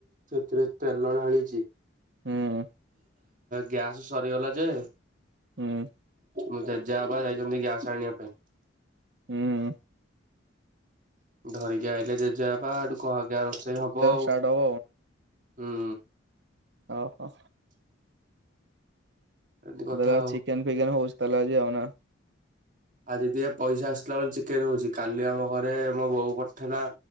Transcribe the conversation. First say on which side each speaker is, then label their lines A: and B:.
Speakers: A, on the right; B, on the right.
A: ସେଥିରେ ତେଲ ଢାଳିଛି।
B: ହୁଁ।
A: ଗ୍ୟାସ ସରିଗଲା ଯେ।
B: ହୁଁ।
A: ମୋ ଜେଜେବାପା ଯାଇଛନ୍ତି ଗ୍ୟାସ ଆଣିବା ପାଇଁ।
B: ହୁଁ
A: ଧରିକି ଆଇଲେ ଜେଜେବାପା ଆଡୁ କ ଆଜ୍ଞା ରୋଷେଇ ହବ ଆଉ
B: ଷ୍ଟାର୍ଟ
A: ହୁଁ।
B: ହବ ଓ ହୋ।
A: ଏମିତି କଥା
B: ମୁଁ କହିଲି
A: ଆଉ
B: ଚିକେନ ଫିକେନ୍ ହଉଛି ତାହେଲେ ଆଜି ଆଉ। ନା।
A: ଆଜି ଟିକେ ପଇସା ଆସ ଥିଲା ବୋଲି ଚିକେନ ହଉଚି। କାଲି ଆମ ଘରେ ମୋ ବୋଉ କରିଥିଲା।